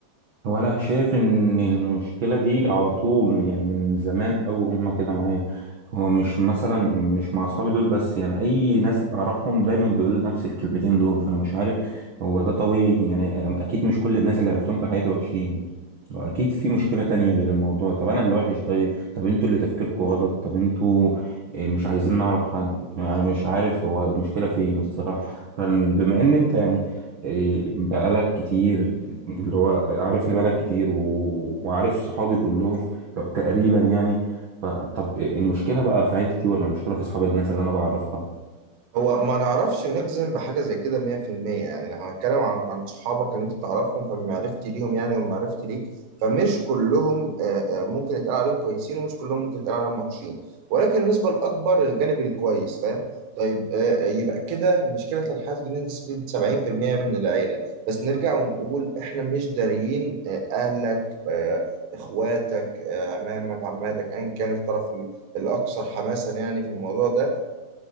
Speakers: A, on the right; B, on the right.
A: هو انا شايف ان المشكله دي على طول يعني من زمان قوي هما كده معايا هو مش مثلا مش مع اصحابي دول بس يعني اي ناس اعرفهم دايما بيقولوا نفس الكلمتين دول فانا مش عارف هو ده طبيعي يعني أم- اكيد مش كل الناس اللي عرفتهم في حياتي وحشين واكيد في مشكله تانية غير الموضوع طب انا اللي وحش طيب طب انتوا اللي تفكيركم غلط طب انتوا إيه، مش عايزين نعرف حد يعني مش عارف هو المشكله فين الصراحه فبما ان انت يعني إيه، بقالك كتير اللي هو عارفني بقالك كتير و... وعارف صحابي كلهم تقريبا يعني فطب المشكلة بقى في عيلتي ولا المشكلة في أصحاب الناس اللي أنا بعرفها؟
B: هو ما نعرفش نجزم بحاجة زي كده 100% يعني لو هنتكلم عن عن صحابك اللي انت تعرفهم فمعرفتي ليهم يعني ومعرفتي ليك فمش كلهم آه، آه، ممكن يتقال عليهم كويسين ومش كلهم ممكن يتقال عليهم وحشين ولكن النسبة الأكبر للجانب الكويس فاهم طيب آه، آه، يبقى كده مشكلة الحاسد بنسبة 70% من العيلة بس نرجع ونقول احنا مش داريين آه، أهلك آه، إخواتك آه، عمامك عماتك أيا كان الطرف الأكثر حماسا يعني في الموضوع ده